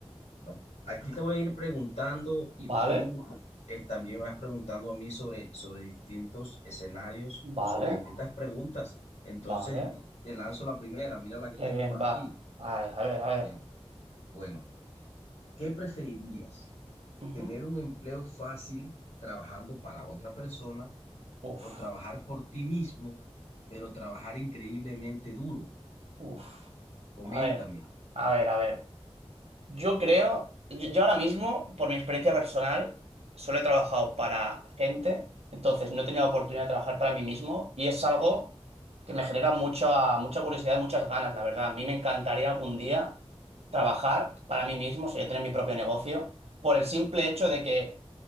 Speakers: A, on the left; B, on the right.
A: No, aquí te voy a ir preguntando y
B: vale,
A: tú eh, también me vas preguntando a mí sobre, sobre distintos escenarios
B: vale,
A: o sobre distintas preguntas. Entonces,
B: vale.
A: te lanzo la primera. Mira la que
B: Qué
A: tengo
B: bien,
A: por aquí.
B: va. A ver, a ver,
A: Ok,
B: a ver.
A: Bueno, ¿qué preferirías?
B: Ujú.
A: ¿Tener un empleo fácil trabajando para otra persona?
B: Uf,
A: o trabajar por ti mismo, pero trabajar increíblemente duro.
B: uf.
A: Coméntame.
B: A ver, a ver, a ver. Yo creo, yo, yo ahora mismo, por mi experiencia personal, solo he trabajado para gente, entonces no he tenido la oportunidad de trabajar para mí mismo y es algo que me genera mucha, mucha curiosidad, muchas ganas, la verdad. A mí me encantaría algún día trabajar para mí mismo, o sea, yo tener mi propio negocio, por el simple hecho de que